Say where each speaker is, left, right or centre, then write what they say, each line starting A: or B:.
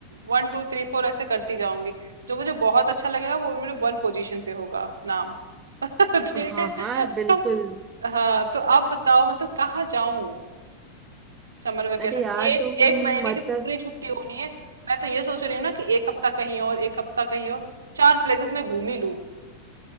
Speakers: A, on the right (about 70°); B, on the right (about 25°).
A: वन टू थ्री फोर ऐसे करती जाऊंगी जो मुझे बहुत अच्छा लगेगा वो मेरे वन पोजीशन पे होगा नाम <laughs> ठीक
B: हाँ
A: है
B: हाँ
A: तो,
B: बिल्कुल
A: हाँ तो आप बताओ मतलब कहाँ जाऊं Summer vacation
B: अरे यार
A: एक
B: तुम
A: एक महीने
B: मतलब
A: की पूरी छुट्टी होनी है मैं तो ये सोच रही हूँ ना कि एक हफ्ता कहीं और एक हफ्ता कहीं और चार प्लेसेस में घूम ही लूं